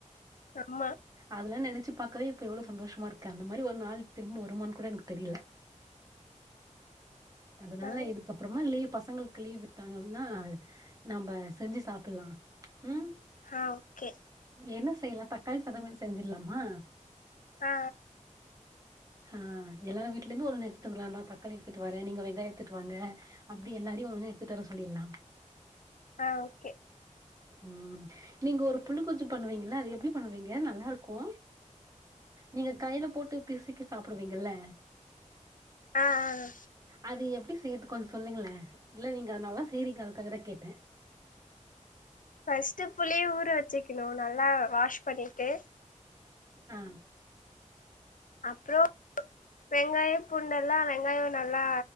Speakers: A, on the left (about 85°); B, on the right (about 25°).
A: ஆமா
B: அதெல்லா நெனச்சு பாக்கவே இப்ப எவ்ள சந்தோஷமா இருக்கு அந்த மாரி ஒரு நாள் திரும்ப வருமான் கூட எனக்கு தெரில அதனால
A: ஆ
B: இதுக்கப்பறமா லீவ் பச பசங்களுக்கு லீவு விட்டாங்கன்னா நம்ம செஞ்சு சாப்பில்லாம் ம்
A: ஆ ஓகே
B: என்ன செய்யலாம் தக்காளி சாதம் செஞ்சிடலாமா
A: ஆ
B: ஆ எல்லார வீட்டுலேருந்து ஒன்னு எடுத்து வந்துருவாங்க தக்காளி எடுத்துட்டு வர வேற நீங்க வெங்காயம் எடுத்துட்டு வாங்க அப்பிடி எல்லாரையும் ஒன்னு ஒன்னு எடுத்துட்டு வர சொல்லிடலாம்
A: ஆ ஓகே
B: ம் நீங்க ஒரு புல்லு கொச்சு பண்ணுவீங்கள அது எப்பிடி பண்ணுவீங்க நல்லா இருக்கோ நீங்க கையில போட்டு பிசுக்கி சாப்டுவீங்கல்ல
A: ஆ ஆ ஆ
B: அது எப்பிடி செய்றது கொஞ்சம் சொல்லுங்களேன் இல்ல நீங்க நல்லா செய்றீங்க அதுக்காகதா கேட்டேன்
A: ஃபர்ஸ்ட் புளிய ஊற வச்சுக்கணும் நல்லா வாஷ் பண்ணிட்டு
B: ஆ
A: அப்பறோ வெங்காயோ பூண்டெல்லாம் வெங்காயோ நல்லா